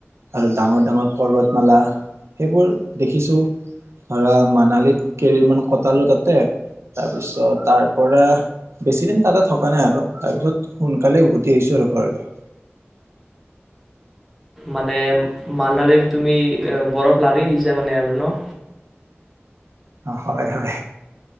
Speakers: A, on the right; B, in the centre.
A: আৰু ডাঙৰ ডাঙৰ পৰ্বত মালা, সেইবোৰ দেখিছো, ধৰা মানালীত কেৰিৰ মান কটালো তাতে। তাৰপিছত তাৰ পৰা বেছি দিন তাতে থকা নাই আৰু তাৰ পিছত সোনকালে উভতি আহিছো আৰু ঘৰলৈ।
B: মানে মানালীৰ তুমি বৰফ লাৰি আহিছা মানে আৰু ন
A: হয়, হয়।